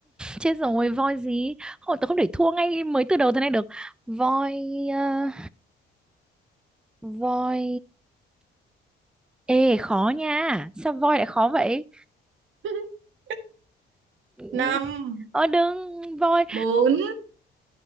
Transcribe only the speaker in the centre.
chết rồi voi gì hồi tớ không để thua ngay mới từ đầu thế này được voi ờ, voi ê khó nha sao voi lại khó vậy
Ừ,
ờ đừng voi